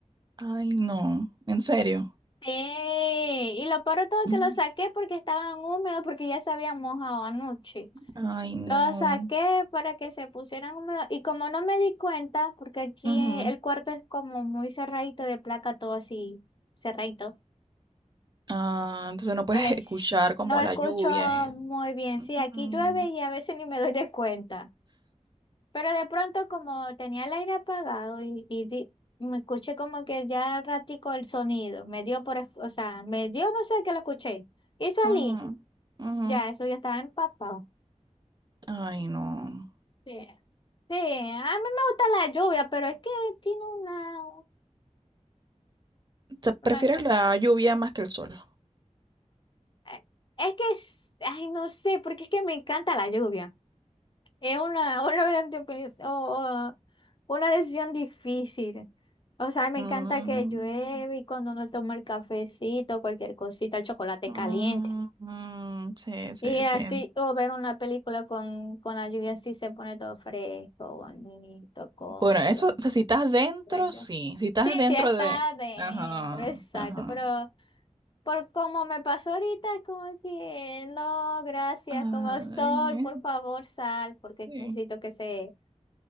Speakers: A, on the right (about 35°); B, on the left (about 40°).
A: Ay, no, en serio.
B: Sí, y lo peor de todo es
A: Mm.
B: que los saqué porque estaban húmedos, porque ya se habían mojado anoche.
A: Ay, no.
B: Los saqué para que se pusieran húmedos y como no me di cuenta, porque aquí
A: Ujú.
B: el cuarto es como muy cerradito de placa, todo así cerradito.
A: Ah, entonces no puedes
B: Eh,
A: escuchar como
B: no escucho
A: la lluvia. eh.
B: muy bien.
A: Ujú,
B: Sí, aquí llueve y a veces ni me doy de cuenta. Pero de pronto, como tenía el aire apagado y, y di- me escuché como que ya ratico el sonido, me dio por, es- o sea, me dio, no sé qué lo escuché. Y salí.
A: ujú, ujú.
B: Ya, eso ya estaba empapado.
A: Ay, no.
B: Sí. Sí, a mí me gusta la lluvia, pero es que tiene una,
A: Te- prefieres
B: una cosa.
A: la lluvia más que el sol?
B: eh, Es que, es- ay, no sé, porque es que me encanta la lluvia. Es una, <laughs> una, anteopini- o- o una decisión difícil. O sea, me
A: Mm,
B: encanta que llueve y cuando uno toma el cafecito, cualquier cosita, el chocolate
A: mm,
B: caliente.
A: mm, sí, sí,
B: Y así,
A: sí.
B: o ver una película con, con la lluvia así se pone todo fresco, bonito, cómodo.
A: Bueno, eso, o sea, si estás dentro,
B: Bello.
A: sí. Si estás
B: Sí,
A: dentro
B: sí, está
A: de...
B: adentro,
A: Ajá,
B: exacto,
A: ajá.
B: pero por como me pasó ahorita, es como que no, gracias,
A: Ay,
B: como sol, por favor, sal, porque
A: sí.
B: necesito que se